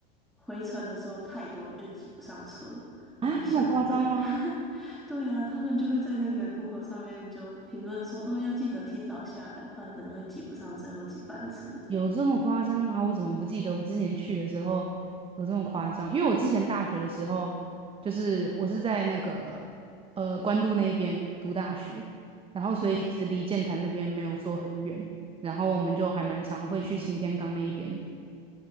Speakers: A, in the centre; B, on the right (about 20°).
A: 回程的时候太多人就挤不上车，然后还下不来。
B: 啊，这么夸张吗？
A: <laughs> 对啊，他们就会在那个 Google 上面就评论说，哦，要记得提早下来，不然可能会挤不上最后几班车这样。
B: 有这么夸张吗？我怎么不记得我之前去的时候有这么夸张？因为我之前大学的时候，就是我是在那个呃关渡那边读大学，然后所以其实离剑潭那边没有说很远，
A: 嗯，
B: 然后我们就还蛮常会去擎天岗那一边，